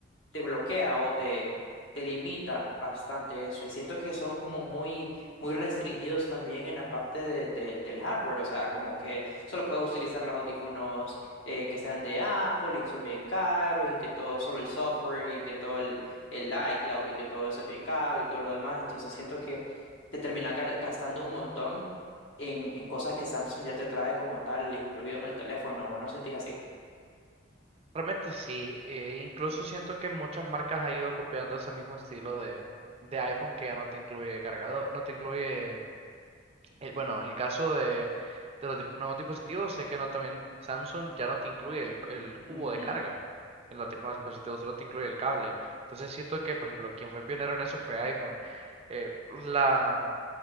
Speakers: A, on the left; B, on the right.
A: te bloquea o te, te limita bastante eso. Y siento que son como muy, muy restringidos también en la parte de, de- del hardware. O sea, como que solo puedes utilizar los audífonos eh, que sean de Apple y que son bien caros y que todo, solo el software y que todo el, el iCloud y que todo eso es bien caro y todo lo demás. Entonces siento que te termina ga- gastando un montón. En, en cosas que Samsung ya te trae como tal, incluido en el teléfono, ¿o no sentís así?
B: Realmente sí, eh, incluso siento que muchas marcas han ido copiando ese mismo estilo de, de iPhone que ya no te incluye cargador, no te incluye, eh, bueno, en el caso de, de los dis- nuevos dispositivos, sé que no también Samsung ya no te incluye el, el cubo
A: Ujú,
B: de carga, en los dis- nuevos dispositivos solo te incluye el cable, entonces siento que, por ejemplo, quien fue pionero en eso fue iPhone. Eh, la